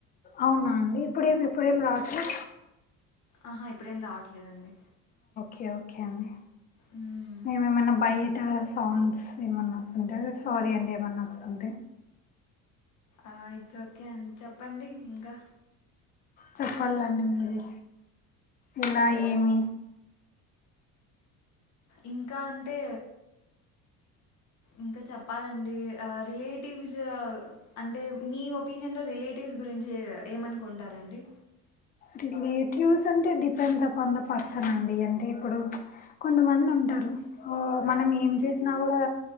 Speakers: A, on the left; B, on the left.
A: అవునా అండి ఇప్పుడేం ఇప్పుడేం రావట్లే
B: ఆహా ఇప్పుడేం రావట్లేదండి
A: ఓకే ఓకే అండి
B: హ్మ్.
A: మేమ ఏమైన్నా బై అ సౌండ్స్ ఏమన్నా వస్తుంటే అద సారీ అండి ఏమన్నా వస్తుంటే
B: ఆ ఇట్స్ ఓకే అండి చెప్పండి ఇంకా
A: చెప్పాలండి మీరి ఇంకా ఏమి
B: ఇంకా అంటే ఇంకా చెప్పాలండి రిలేటివ్స్ అంటే మీ ఒపీనియన్ లో రిలేటివ్స్ గురించీ ఏమనుకుంటారండి.
A: రిలేటివ్స్ అంటె డిపెండ్స్ అపాన్ ద పర్సన్ అండి అంటే ఇప్పుడు కొంతమంది ఉంటారు ఓ మనం ఏం చేసినా గూడా